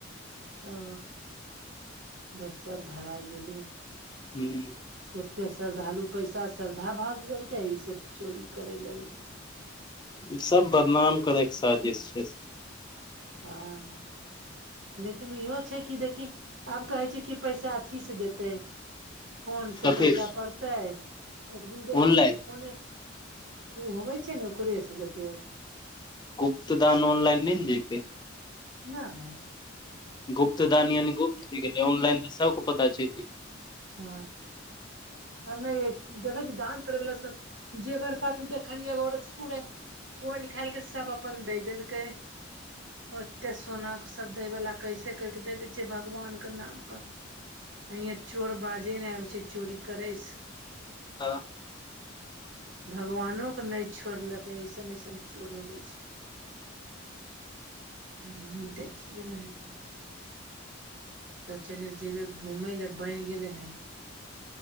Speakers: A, on the right (about 65°); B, on the left (about 20°).
A: ओ बस सब धराय गेलीय
B: हु
A: एते श्रद्धालु पैसा श्रद्धा भाव से देलकाय ई सब चोरी करै लगलै
B: इ सब बदनाम करै के सादिश छै
A: हँ लेकिन इहो छै कि देखी आब कहै छै कि पैसा अथी स देतै फोन से
B: कथी
A: पैसा पड़ताय एक दिन देख
B: ऑनलाइन
A: करै कि फोने से उ होबै छै ने ओकरे से देतै ओ
B: गुप्त दान ऑनलाइन नै जतै
A: नाय
B: गुप्त दान यानि गुप्त भ गेलै ऑनलाइन तऽ सबक पता चैल जतय
A: ह ह नै देखै छी दान करै वला सब जेवर पाती देखलियै एगो औरत पूेरे खोयल खायल केँ सब अपन दैय देलकै <inaudible> ओते सोना केँ सब दै वाला कैसे करि कऽ दे देै छियै भगवान केँ नाम पर <inaudible> ये चोर बाजे नै आबै छै चोरी करै स
B: ह
A: <inaudible> भगवानो कऽ नै छोड़लकै ऐसन ऐसन चोर होबै छै हा देखिये रहलिय सोचलिय जेबे घूमय लऽ बन गेलै हन